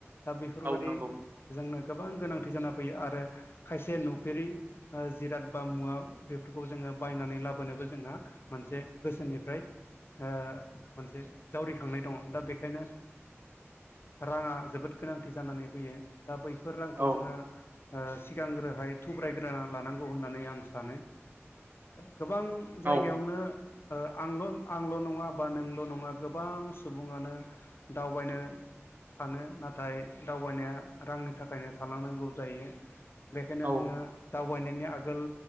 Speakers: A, on the left; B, on the right.
A: दा बेफोरबायाददि
B: औ नंगौ
A: जोंनो गोबां गोनांथि जाना फैयो आरो खायसे नुफेरि जिराद बा मुवा बेफोरखौ जोङो बायनानै लाबोनोबो जोंहा मोनसे गोसोनिफ्राय मोनसे जावरिखांनाय दङ दा बेखायनो राङा जोबोद गोनांथि जानानै फैयो। दा बैफोर रांखौ
B: औ
A: जोङो सिगांग्रोहाय थुब्रायग्रोना लानांगौ होननानै आं सानो गोबां
B: औ
A: जायगायावनो आंल' आंल' नङा बा नोंल' नङा गोबां सुबुङानो दावबायनो सानो नाथाय दावबायनाया रांनि थाखायनो थालांनांगौ जायो बेखायनो
B: औ
A: जोङो दावबायनायनि आगोल